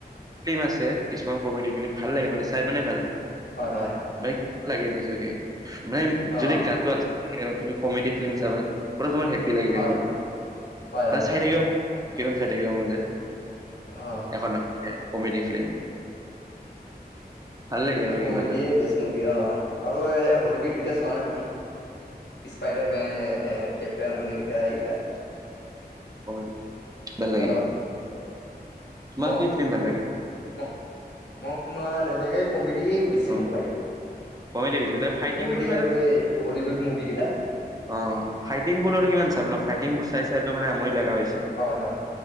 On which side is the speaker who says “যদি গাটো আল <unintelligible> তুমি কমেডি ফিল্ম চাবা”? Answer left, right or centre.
Right